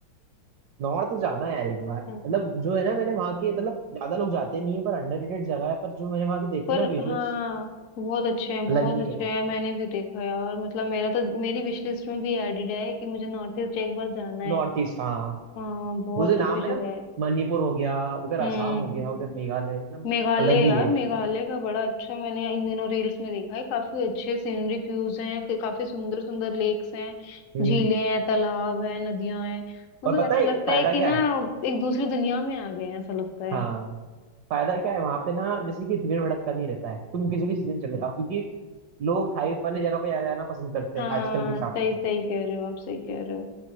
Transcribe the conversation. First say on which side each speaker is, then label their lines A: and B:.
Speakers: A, on the right; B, on the left.
A: नॉर्थ जाना है यार एक बार
B: ना
A: मतलब जो है ना मैंने वहाँ के मतलब ज्यादा लोग जाते नहीं है पर अंडररेटेड जगह है पर जो मैंने वहाँ के देखे
B: पर
A: ना विजुअल्स
B: हाँ बहुत अच्छे हैं बहुत
A: अलग ही
B: अच्छे
A: है
B: हैं मैंने भी देखा है और मतलब मेरा तो मेरी विश लिस्ट में भी एडेड है कि मुझे नॉर्थ ईस्ट एक बार जाना है
A: नॉर्थ ईस्ट हाँ हाँ।
B: हाँ बहुत
A: वो जो नाम
B: अच्छी जगह
A: है ना
B: है
A: मणिपुर हो गया उधर
B: हम्म
A: असम हो गया उधर मेघालय एकदम
B: मेघालय
A: अलग ही
B: यार
A: है
B: मेघालय का बड़ा अच्छा मैंने इन दिनों रील्स में देखा है काफी अच्छे सीनरिक व्यूज हैं कि काफी सुंदर सुंदर लेक्स हैं
A: हम्म
B: झीलें हैं तालाब हैं नदियां हैं मतलब
A: और पता
B: ऐसा
A: है
B: लगता
A: फायदा
B: है कि
A: क्या
B: ना
A: है
B: एक दूसरी दुनिया में आ गए हैं ऐसा लगता है
A: हाँ फायदा क्या है वहां पे ना जैसे कि भीड़ भड़कता नहीं रहता है तुम किसी भी सीजन चले जाओ क्योंकि लोग हाइप वाली जगह पे जाना पसंद करते
B: हाँ
A: हैं आजकल के हिसाब
B: सही
A: से तो
B: सही कह रहे हो आप सही कह रहे हो